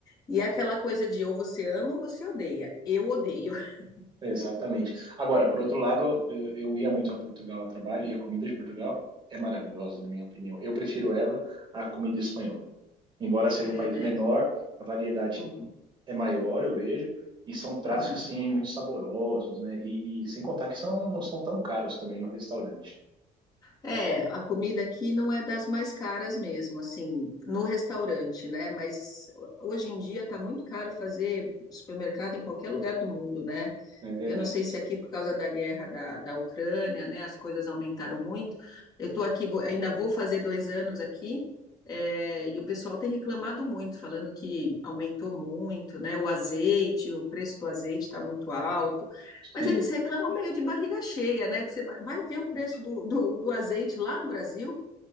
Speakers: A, on the left (about 25°); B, on the right (about 30°).
A: E é aquela coisa de ou você ama ou você odeia. Eu odeio. <laughs>
B: exatamente. Agora, por outro lado, eu, eu ia muito a Portugal a trabalho e a comida de Portugal é maravilhosa, na minha opinião. Eu prefiro ela à comida espanhola. Embora seja
A: É,
B: um país
A: né?
B: menor, a variedade
A: Uhum,
B: é maior, eu vejo, e são pratos
A: uhum.
B: assim muito saborosos, né? E, e sem contar que são, não são tão caros também no restaurante.
A: É, a comida aqui não é das mais caras mesmo, assim, no restaurante, né? Mas hoje em dia tá muito caro fazer supermercado em qualquer lugar do mundo, né?
B: É verdade.
A: Eu não sei se aqui, por causa da guerra da, da Ucrânia, né, as coisas aumentaram muito. Eu estou aqui, vou- ainda vou fazer dois anos aqui, é, e o pessoal tem reclamado muito, falando que aumentou muito, né? O azeite, o preço do azeite está muito alto. Mas
B: Sim.
A: eles reclamam meio de barriga cheia, né? Você vai vai ver o preço do, do, do azeite lá no Brasil.